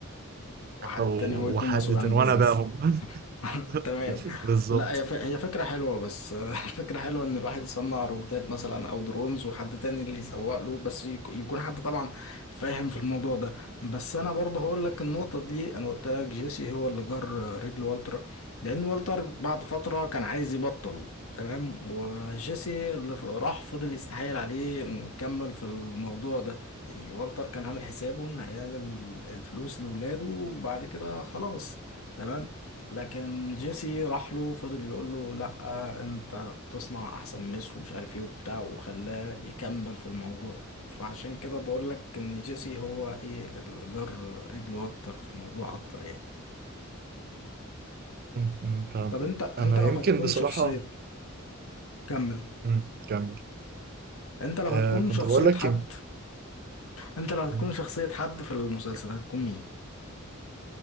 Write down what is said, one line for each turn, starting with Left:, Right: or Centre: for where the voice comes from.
Left: وحد
Right: أو-
Left: تاني هو يكون
Right: وحد
Left: مسؤول عن
Right: تاني
Left: البيزنس
Right: وانا باهم
Left: <laughs>
Right: <laughs>
Left: تمام
Right: بالظبط
Left: لا هي ف... هي فكرة حلوة بس <laughs> الفكرة حلوة إن الواحد يصنع روبوتات مثلا أو درونز وحد تاني اللي يسوق له بس يك... يكون حد طبعا فاهم في الموضوع ده بس أنا برضه هقول لك النقطة دي أنا قلت لك جيسي هو اللي جر رجل والتر لأن والتر بعد فترة كان عايز يبطل تمام وجيسي اللي ف- راح فضل يستحايل عليه إنه يكمل في الموضوع ده يعني والتر كان عامل حسابه إن هيعمل الفلوس لولاده وبعد كده خلاص تمام لكن جيسي راح له فضل يقول له لا انت بتصنع احسن مس ومش عارف ايه وبتاع وخلاه يكمل في الموضوع فعشان كده بقول لك ان جيسي هو ايه الجر رجل والتر في الموضوع اكتر يعني
Right: م- م، فهمتك
Left: طب انت انت
Right: انا
Left: لو
Right: يمكن
Left: هتكون
Right: بصراحة
Left: شخصية كمل
Right: مم. كمل
Left: انت لو
Right: آه
Left: هتكون
Right: كنت
Left: شخصية
Right: بقول لك
Left: حد
Right: يم-
Left: انت لو هتكون
Right: مم.
Left: شخصية حد في المسلسل هتكون مين